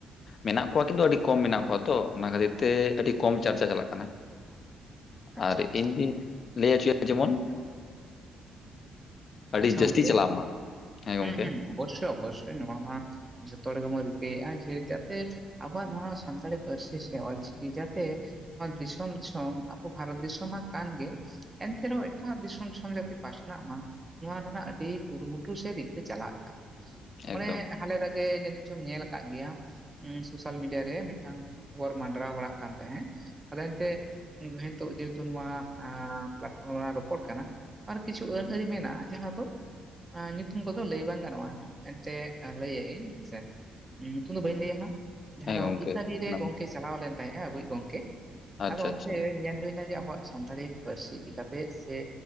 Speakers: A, on the left; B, on the right.
A: ᱢᱮᱱᱟᱜ ᱠᱚᱣᱟ, ᱠᱤᱱᱛᱩ ᱟᱹᱰᱤ ᱠᱚᱢ ᱢᱮᱱᱟᱜ ᱠᱚᱣᱟ ᱛᱚ, ᱚᱱᱟ ᱠᱷᱟᱹᱛᱤᱨ ᱛᱮ ᱟᱹᱰᱤ ᱠᱚᱢ ᱪᱟᱨᱪᱟ ᱪᱟᱞᱟᱜ ᱠᱟᱱᱟ᱾
B: ᱟᱪᱪᱷᱟ
A: ᱟᱨ
B: ᱟᱪᱪᱷᱟ
A: ᱤᱧ ᱫᱚᱧ ᱞᱟᱹᱭᱟ ᱦᱚᱪᱚᱭᱟ ᱡᱮᱢᱚᱱ, ᱟᱹᱰᱤ
B: ᱟᱪᱪᱷᱟ
A: ᱡᱟᱹᱥᱛᱤ
B: ᱜᱚᱝᱠᱮ
A: ᱪᱟᱞᱟᱜ ᱢᱟ ᱦᱮᱸ ᱜᱚᱝᱠᱮ
B: ᱦᱩᱸ ᱦᱩᱸ ᱚᱵᱚᱥᱥᱳ ᱚᱵᱚᱥᱥᱳᱭ ᱱᱚᱣᱟ ᱢᱟ ᱡᱚᱛᱚ ᱦᱚᱲ ᱜᱮ ᱵᱚᱱ ᱨᱤᱠᱟᱹᱭᱮᱜ-ᱟ ᱡᱮ ᱡᱟᱛᱮ ᱟᱵᱚᱣᱟᱜ ᱱᱚᱣᱟ ᱥᱟᱱᱛᱟᱲᱤ ᱯᱟᱹᱨᱥᱤ ᱥᱮ ᱚᱞᱪᱤᱠᱤ ᱡᱟᱛᱮ ᱱᱚᱣᱟ ᱫᱤᱥᱚᱢ ᱫᱤᱥᱚᱢ ᱟᱵᱚ ᱵᱷᱟᱨᱚᱛ ᱫᱤᱥᱚᱢ ᱢᱟ ᱠᱟᱱ ᱜᱮ ᱮᱱᱛᱮ ᱨᱮᱦᱚᱸ ᱮᱴᱟᱜ ᱫᱤᱥᱚᱢ ᱥᱚᱸᱜᱮᱛᱮ ᱯᱟᱥᱱᱟᱜ ᱢᱟ ᱱᱚᱣᱟ ᱨᱮᱱᱟᱜ ᱟᱹᱰᱤ ᱠᱩᱨᱩᱢᱩᱴᱩ ᱥᱮ ᱨᱤᱠᱟᱹ ᱪᱟᱞᱟᱜ ᱠᱟᱱᱟ
A: ᱮᱠᱫᱚᱢ
B: ᱚᱱᱮᱠᱟ ᱟᱞᱮᱫᱟᱜᱮ ᱡᱟᱹᱱᱤᱡ ᱪᱚᱢ ᱧᱮᱞ ᱟᱠᱟᱫ ᱜᱮᱭᱟ? ᱩᱸ ᱥᱳᱥᱟᱞ ᱢᱤᱰᱤᱭᱟ ᱨᱮ ᱢᱤᱫᱴᱟᱝ ᱵᱚᱨ ᱢᱟᱸᱰᱨᱟᱣ ᱵᱟᱲᱟᱜ ᱠᱟᱱ ᱛᱟᱦᱮᱸᱫ ᱟᱫᱚ ᱮᱱᱛᱮ ᱵᱮᱦᱮ ᱛᱩ ᱡᱮᱦᱮᱫᱩ ᱱᱚᱣᱟ ᱮ ᱯᱮᱞᱟᱴ ᱯᱷᱚᱨᱚᱢ ᱨᱮ ᱨᱚᱯᱚᱲ ᱠᱟᱱᱟ ᱟᱨ ᱠᱤᱪᱷᱩ ᱟᱱ ᱟᱨᱤ ᱢᱮᱱᱟᱜ-ᱟ ᱡᱟᱦᱟᱸ ᱫᱚ ᱟ ᱧᱩᱛᱩᱢ ᱠᱚᱫᱚ ᱞᱟᱹᱭ ᱵᱟᱝ ᱜᱟᱱᱚᱜᱼᱟ ᱮᱱᱛᱮᱫ ᱞᱟᱹᱭᱮᱧ ᱥᱮ? ᱧᱤᱛᱩᱢ ᱫᱚ ᱵᱟᱹᱧ ᱞᱟᱹᱭᱟ ᱦᱟᱸᱜ ᱡᱟᱦᱟᱸ
A: ᱦᱮᱸ
B: ᱫᱚ
A: ᱜᱚᱝᱠᱮ
B: ᱤᱛᱛᱟᱫᱤ ᱨᱮ
A: ᱚᱱᱟᱢᱟ
B: ᱜᱚᱝᱠᱮᱥ ᱪᱟᱞᱟᱣ ᱞᱮᱱ ᱛᱟᱦᱮᱸᱜᱼᱟ ᱟᱵᱩᱭᱤᱡ ᱜᱚᱝᱠᱮ
A: ᱟᱪᱪᱷᱟ
B: ᱟᱫᱚ ᱚᱱᱛᱮ
A: ᱟᱪᱪᱷᱟ
B: ᱧᱮᱞ ᱦᱩᱭᱱᱟ ᱡᱮ ᱟᱵᱚᱣᱟᱜ ᱥᱟᱱᱛᱟᱲᱤ ᱯᱟᱹᱨᱥᱤ ᱤᱫᱤ ᱠᱟᱛᱮᱫ ᱥᱮ